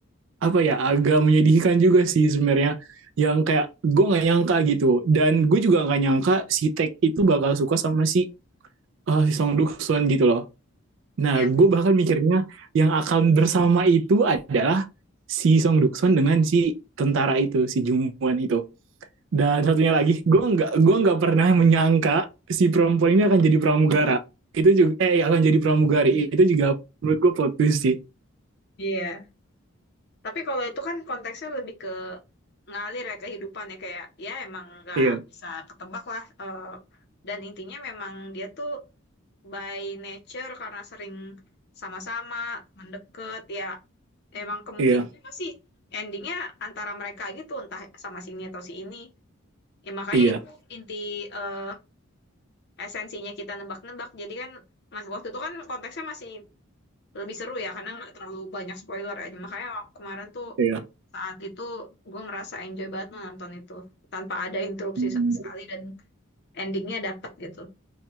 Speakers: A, on the right; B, on the left.
A: apa ya agak menyedihkan juga sih sebenarnya yang kayak gue nggak nyangka gitu dan gue juga nggak nyangka si Tech itu bakal suka sama si uh, si Song duksun gitu loh nah
B: ya.
A: gue bahkan mikirnya yang akan bersama itu adalah si Song duksun dengan si tentara itu si Jungwon itu dan satunya lagi gue nggak gue nggak pernah menyangka si perempuan ini akan jadi pramugara itu juga eh iya, akan jadi pramugari
B: Hmm.
A: itu juga menurut gue plot twist sih
B: Iya. Tapi kalau itu kan konteksnya lebih ke ngalir ya kehidupan ya kayak ya emang nggak
A: iya
B: bisa ketebak lah eh, dan intinya memang dia tuh by nature karena sering sama-sama mendekat ya emang kemungkinan
A: iya
B: pasti endingnya antara mereka gitu entah sama sini atau si ini ya makanya
A: iya
B: itu inti eh, esensinya kita nebak-nebak jadi kan mas waktu itu kan konteksnya masih lebih seru ya karena nggak terlalu banyak spoiler ya makanya kemarin tuh
A: iya
B: saat itu gue merasa enjoy banget nonton itu tanpa ada interupsi
A: Hmm,
B: sama sekali dan endingnya dapet gitu.